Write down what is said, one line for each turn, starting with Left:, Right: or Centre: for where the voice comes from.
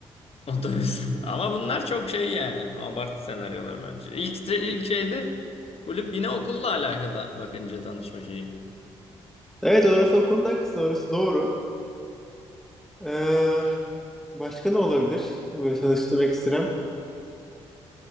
Left: Otobüs. <laughs> Ama bunlar çok şey yani. Abartı senaryolar bence. İlk, ilk şeyde kulüp yine okulla alakalı bakınca tanışma şeyi.
Centre: Evet orası o konunun haklısın, orası doğru. Ee, başka ne olabilir? Böyle tanıştığım ekstrem.